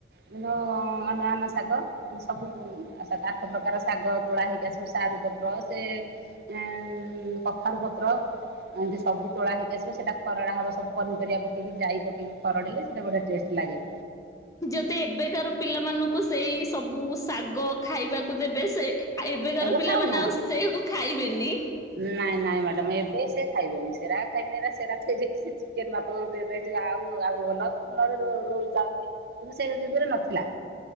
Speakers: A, on the right; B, on the left.
A: ସେ ଯୋଉ ଅନା ମନା ଶାଗ ସବୁ ସାତ ଆଠ ପ୍ରକାର ଶାଗ ତୋଳା ହେଇକି ତୋଳାହେଇକି ଆସିବ ସାରୁ ପତ୍ର ସେ ଏଁ କଖାରୁ ପତ୍ର ଏମିତି ସବୁ ତୋଳା ହେଇି ଆସିବ ସେଟା ଖରଡ଼ା ହବ ସବୁ ପନିରିବା ପକେଇକି ଯାଇ ପକେଇକି ଖରଡ଼ିଲେ ସେଇଟା ବଢିଆ ଟେଷ୍ଟ ଲାଗେ।
B: ଯଦି ଏବେକାର ପିଲାମାନଙ୍କୁ ସେଇ ସବୁ ଶାଗ ଖାଇବାକୁ ଦେବେ ସେ ଏ ଆ ଏବେକାର
A: ଏବେ
B: ପିଲାମାନେ
A: ଖାଉନା?
B: ଆଉ ସେକୁ ଖାଇବେନି।
A: ନାଇଁ ନାଇଁ ମ୍ୟାଡାମ ଏବେ ସେ ଖାଇବେନି ସେରା ଖାଇବେନି ସେ ଚିକେନ ଭାତ ଦେଇ ଆଉ ଆହୁରି ଭଲ ନହେଲେ ରୋଲ ଚାଇମିନ କିନ୍ତୁ ସେ ଯୁଗରେ ନଥିଲା।